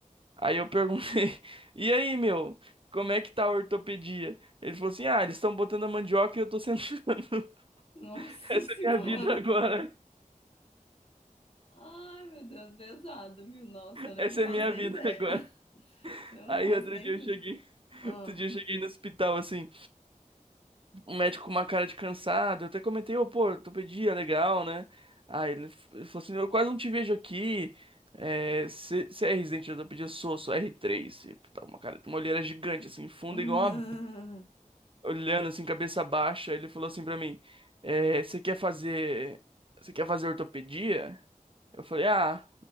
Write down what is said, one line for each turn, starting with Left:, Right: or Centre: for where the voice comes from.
Right: Aí eu perguntei: <laughs> E aí, meu, como é que tá a ortopedia? Ele falou assim: Ah, eles estão botando a mandioca e eu tô sentando. <laughs>
Left: Nossa
Right: Essa
Left: senhora.
Right: é minha vida agora.
Left: Ai, meu Deus, pesado, viu? Nossa, eu nem-
Right: Essa
Left: eu não faço
Right: é minha
Left: nem
Right: vida
Left: ideia.
Right: agora.
Left: Eu
Right: Aí
Left: não faço
Right: outro
Left: nem
Right: dia eu
Left: ideia.
Right: cheguei.
Left: Ah.
Right: Outro dia eu cheguei no hospital assim. um médico com uma cara de cansado. Eu até comentei, ô, pô, ortopedia, legal, né? Aí ele, f- ele falou assim, eu quase não te vejo aqui. É, você você é residente de ortopedia? Sou, sou r três E, tá uma cara, uma olheira gigante, assim, funda,
Left: <laughs>
Right: igual uma... Olhando, assim, cabeça baixa. Ele falou assim pra mim, é, você quer fazer... Você quer fazer ortopedia? Eu falei, ah,